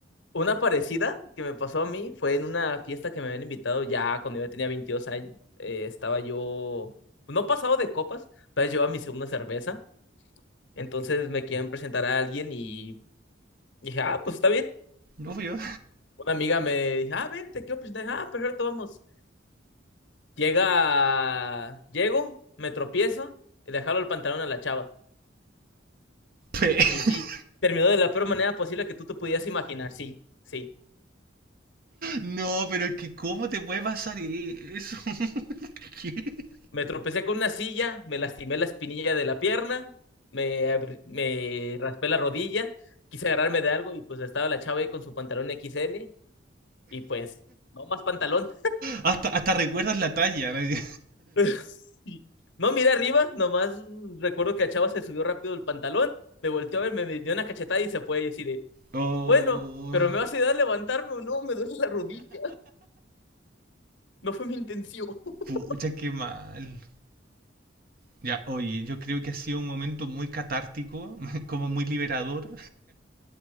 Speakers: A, on the left (about 75°); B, on the right (about 50°).
A: Una parecida que me pasó a mí fue en una fiesta que me habían invitado ya cuando yo tenía 22 años. Eh, estaba yo, pues, no pasado de copas, pero llevaba mi segunda cerveza. Entonces me quieren presentar a alguien y dije, ah, pues está bien.
B: Obvio.
A: Una amiga me dice, ah, ven, te quiero presentar. Ah, perfecto, vamos. Llega, llego, me tropiezo y le jalo el pantalón a la chava.
B: yo <laughs>
A: Y sí, terminó de la peor manera posible que tú te pudieras imaginar. Sí, sí.
B: No, pero es que ¿cómo te puede pasar e- eso? <laughs> ¿Qué?
A: Me tropecé con una silla, me lastimé la espinilla de la pierna, me, abri- me raspé la rodilla, quise agarrarme de algo y pues estaba la chava ahí con su pantalón XL y pues, no más pantalón.
B: Hasta, hasta recuerdas la talla. ¿no? <laughs>
A: <laughs> No, mira arriba, nomás recuerdo que la chava se subió rápido el pantalón, me volteó a ver, me, me dio una cachetada y se fue. Y así de,
B: Oh,
A: bueno, pero ¿me vas a ayudar a levantarme o no? Me duele la rodilla. No fue mi intención. <laughs>
B: pucha, qué mal. Ya, oye, yo creo que ha sido un momento muy catártico, <laughs> como muy liberador.